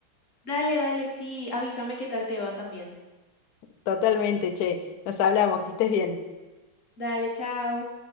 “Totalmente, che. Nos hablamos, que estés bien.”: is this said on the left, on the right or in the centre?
Left